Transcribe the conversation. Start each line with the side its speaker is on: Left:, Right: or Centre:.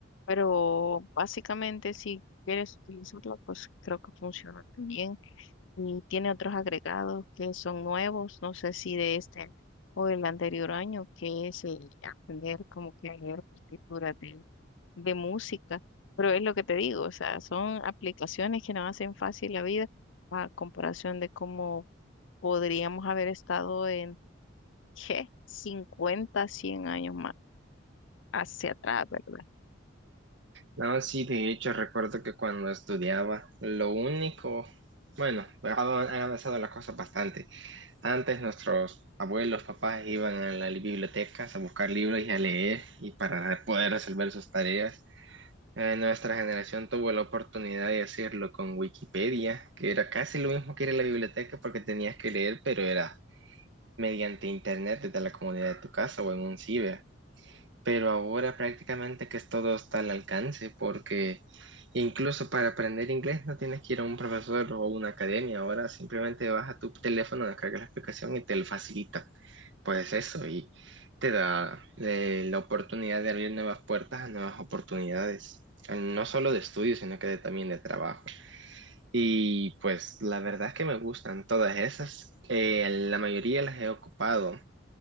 Left: Pero básicamente si quieres utilizarla, pues creo que funciona también y tiene otros agregados que son nuevos, no sé si de este o del anterior año, que es el aprender como que a leer partituras de, de música, pero es lo que te digo, o sea, son aplicaciones que nos hacen fácil la vida a comparación de cómo podríamos haber estado en, ¿qué? cincuenta 100 años más hacia atrás, ¿verdad?
Right: No, sí, de hecho recuerdo que cuando estudiaba, lo único, bueno, ha- han avanzado las cosas bastante. Antes nuestros abuelos, papás iban a las bibliotecas a buscar libros y a leer y para poder resolver sus tareas. Eh, nuestra generación tuvo la oportunidad de hacerlo con Wikipedia, que era casi lo mismo que ir a la biblioteca porque tenías que leer, pero era mediante internet desde la comodidad de tu casa o en un ciber. Pero ahora prácticamente que es todo está al alcance porque incluso para aprender inglés no tienes que ir a un profesor o una academia. Ahora simplemente vas a tu teléfono, descargas la aplicación y te lo facilita. Pues eso y te da eh, la oportunidad de abrir nuevas puertas a nuevas oportunidades eh, no solo de estudio, sino que de- también de trabajo. Y pues la verdad es que me gustan todas esas. Eh, la mayoría las he ocupado